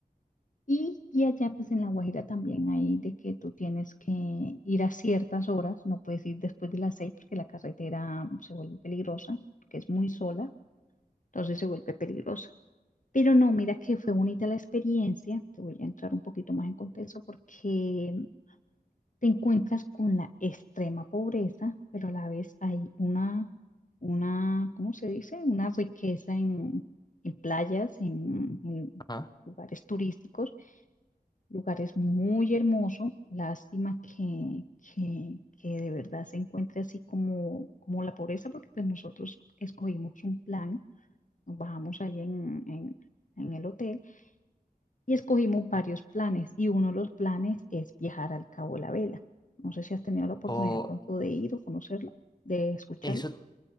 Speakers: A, on the left; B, on the left.
A: Y, y allá pues en La Guajira también hay de que tú tienes que ir a ciertas horas, no puedes ir después de las seis porque la carretera mm, se vuelve peligrosa, porque es muy sola, entonces se vuelve peligrosa. Pero no, mira que fue bonita la experiencia. Te voy a entrar un poquito más en contexto porque te encuentras con la extrema pobreza, pero a la vez hay una, una, ¿cómo se dice? Una riqueza en, en playas, en, en
B: Ajá.
A: lugares turísticos, lugares muy hermosos. Lástima que, que, que de verdad se encuentre así como, como la pobreza, porque pues nosotros escogimos un plan, nos bajamos ahí en, en en el hotel y escogimos varios planes y uno de los planes es viajar al Cabo La Vela. No sé si has tenido la oportunidad
B: O
A: pronto de ir o conocerlo, de escucharlo.
B: eso,